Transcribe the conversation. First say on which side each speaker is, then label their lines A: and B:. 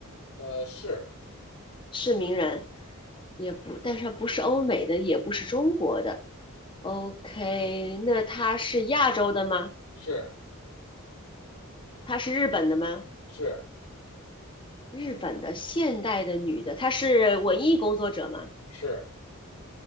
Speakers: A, on the left (about 70°); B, on the left (about 25°).
A: 呃，是，
B: 是名人，也不，但是她不是欧美的，也不是中国的。OK，那她是亚洲的吗？
A: 是，
B: 她是日本的吗？
A: 是，
B: 日本的现代的女的，她是文艺工作者吗？
A: 是，